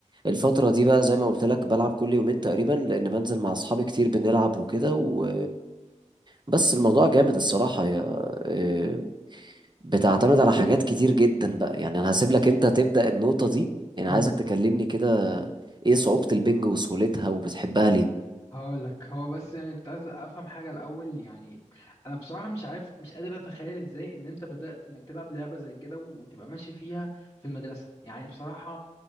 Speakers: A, on the right (about 35°); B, on the left (about 25°).
A: الفترة دي بقى زي ما قلت لك بلعب كل يومين تقريبا لأن بنزل مع أصحابي كتير بنلعب وكده و... بس الموضوع جامد الصراحة يا آه، بتعتمد على حاجات كتير جدا بقى يعني أنا هسيب لك أنت تبدأ النقطة دي يعني
B: مم.
A: عايزك تكلمني كده إيه صعوبة البنج وسهولتها وبتحبها ليه؟
B: هقول لك هو بس يعني كنت عايز افهم حاجه الاول يعني انا بصراحه مش عارف مش قادر اتخيل ازاي ان انت بدات انك تلعب لعبه زي كده وتبقى ماشي فيها في المدرسه يعني بصراحه